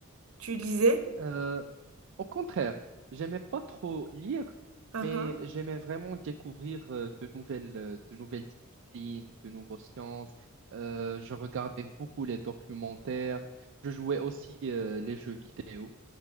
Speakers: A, on the right; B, on the right.
A: Tu lisais?
B: Euh, au contraire, j'aimais pas trop lire,
A: Uhum.
B: mais j'aimais vraiment découvrir euh, de nouvelles, euh, de nouvelles disciplines, de nouvelles sciences. Euh, je regardais beaucoup les documentaires. Je jouais aussi euh, les jeux vidéo.